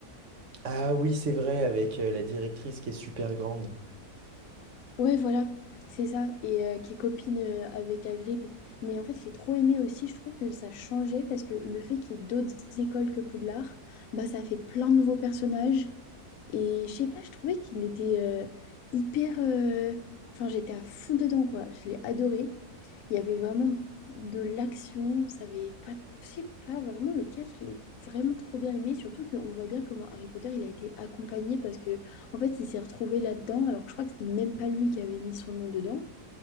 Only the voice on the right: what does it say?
Ah oui, c'est vrai, avec, euh, la directrice qui est super grande.